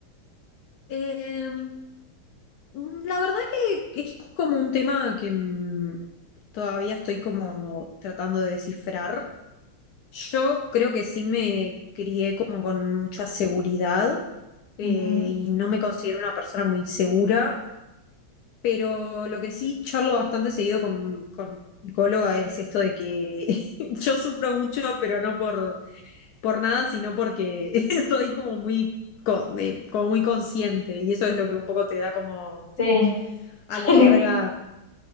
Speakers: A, on the left; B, on the left.
A: Em, Mm, La verdad que es como un tema que mm, todavía estoy como tratando de descifrar. Yo creo que sí me crié como con mucha seguridad eh,
B: Ujú.
A: y no me considero una persona muy insegura, pero lo que sí charlo bastante seguido con, con mi psicóloga es esto de que <laughs> yo sufro mucho, pero no por, por nada, sino porque <laughs> soy como muy, con- eh, como muy consciente y eso es lo que un poco te da como
B: Sí.
A: a
B: <laughs>
A: la larga